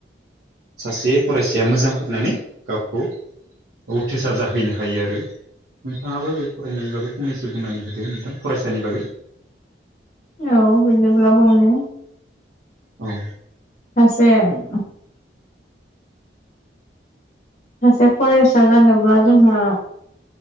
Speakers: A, on the right (about 85°); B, on the left (about 40°).
A: सासे फरायसाया मोजां फरायनानै गावखौ उथ्रिसार जाहैनो हायो आरो नोंथाङाबो बे फरायनायनि बागै फंनैसो बुंनानै होदो नोंथां फरायसानि बागै
B: औ बिदिब्ला बुंनि
A: औ
B: <unintelligible> सासे फरायसा जानोब्ला जोंहा